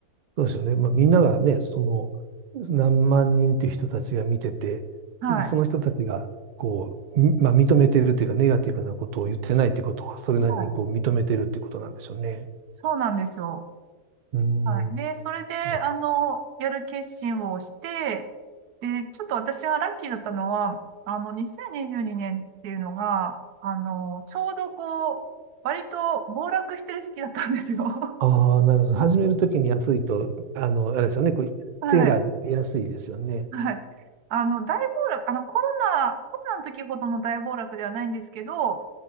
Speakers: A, on the right; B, on the right.
A: そうですよね。まあ、みんながね、その、何万人っていう人たちが見てて、
B: はい。
A: その人たちが、こう、みまあ、認めてるというか、ネガティブなことを言ってないってことは、それなりにこう、
B: はい。
A: 認めてるってことなんでしょうね。
B: そうなんですよ。
A: うん。
B: はい。で、それで、あの、
A: な
B: やる決心をして、で、ちょっと私がラッキーだったのは、あの、2022年っていうのが、あの、ちょうどこう、割と暴落してる時期だったんですよ。<laughs>
A: ああ、なるほど。始めるときに安いと、あの、あれですよね。こう手が安いですよね。
B: はい。はい。あの、大暴落、あの、コロナ、コロナの時ほどの大暴落ではないんですけど、